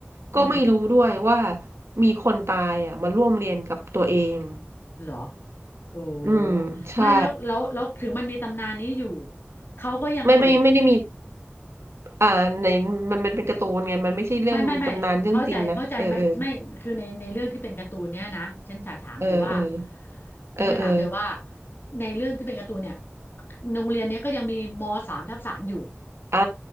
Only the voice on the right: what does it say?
ก็ไม่รู้ด้วยว่า
มีคนตายอ่ะมาร่วมเรียนกับตัวเอง
อืมใช่
ไม่ไม่ไม่ได้มีอ่าในมันมันเป็นการ์ตูนไงมันไม่ใช่เรื่องกำนานเรื่องจริงนะเออเออ
เออเออเออเออ
อ่า